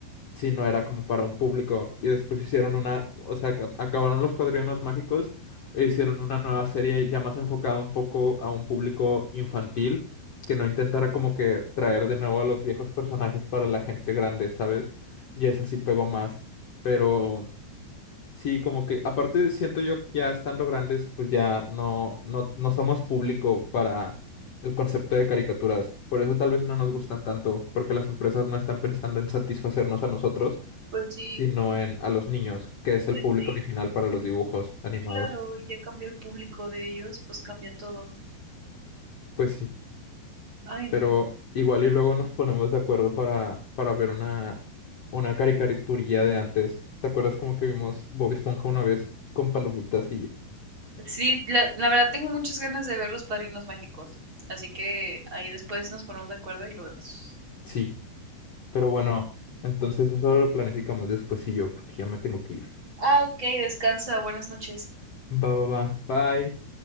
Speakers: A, on the left; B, on the right.
A: Sí, no era como para un público. Y después hicieron una, o sea, ca- acabaron Los Padrinos Mágicos e hicieron una nueva serie ya más enfocada un poco a un público infantil, que no intentara como que traer de nuevo a los viejos personajes para la gente grande, ¿sabes? Y esa sí pegó más. Pero sí, como que aparte siento yo que ya estando grandes, pues ya no, no, no somos público para el concepto de caricaturas. Por eso tal vez no nos gustan tanto, porque las empresas no están pensando en satisfacernos a nosotros
B: pues sí,
A: sino en a los niños, que es el
B: pues
A: público
B: sí.
A: original para los dibujos animados.
B: Claro, y ya cambió el público de ellos, pues cambia todo.
A: Pues sí,
B: Ay, no.
A: pero igual y luego nos ponemos de acuerdo para, para ver una, una caricaturilla de antes. ¿Te acuerdas como que vimos Bob Esponja una vez con palomitas y
B: Sí, la, la verdad tengo muchas ganas de ver Los Padrinos Mágicos. Así que ahí después nos ponemos de acuerdo y lo vemos.
A: sí, pero bueno, entonces eso lo planificamos después y yo, porque ya me tengo que ir.
B: Ah, ok, descansa, buenas noches.
A: Va, va, va. Bye.